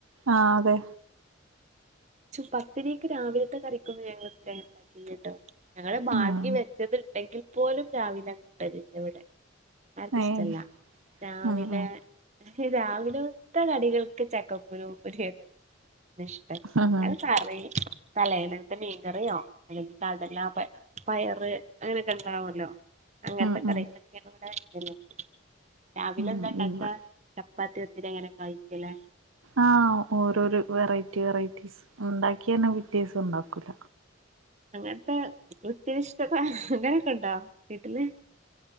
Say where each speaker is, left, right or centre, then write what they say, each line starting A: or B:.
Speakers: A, on the right; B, on the right.
A: ആഹ് അതെ
B: പത്തിരിക്ക് രാവിലത്തെ കറിക്കൊന്നും ഞങ്ങള് ഇത് വരെ അങ്ങനെ ഉണ്ടാ ഇല്ലട്ടോ ഞങ്ങള് മാറ്റി
A: ഉം
B: വെച്ചത്ണ്ടെങ്കിൽ പോലും രാവിലെ കൂട്ടലില്ല ഇവിടെ ആർക്കും ഇഷ്ടല്ല
A: ഏഹ്
B: രാവിലെ
A: ഉം ഉം
B: രാവിലത്തെ കടികൾക്ക് ചക്കക്കുരും മുരിങ്ങ ഇഷ്ടല്ല
A: ഉം
B: അത് കറയും തലേന്നെത്തെ മീൻകറിയോ അല്ലെങ്കി കടല പ പയറ് അങ്ങനെക്കെ ഉണ്ടാവുല്ലോ അങ്ങനത്തെ
A: ഉം
B: കറികളൊക്കെയാണ്
A: ഉം
B: ഇവിടെ <unintelligible> രാവിലെ
A: ഉം
B: എന്താ ണ്ടാക്കാ?
A: ഇവ
B: ചപ്പാത്തി വിത്തില് എങ്ങനെ കയ്ക്കല്ലേ
A: ആഹ് ഓരോരു വെറൈറ്റി വെറൈറ്റിസ് ഉണ്ടാക്കിയന്നെ പിറ്റ്യേസം ഉണ്ടാക്കൂല
B: അങ്ങനത്തെ കൃത്യനിഷ്ഠത അങ്ങനൊക്കെണ്ടാ വീട്ടില്?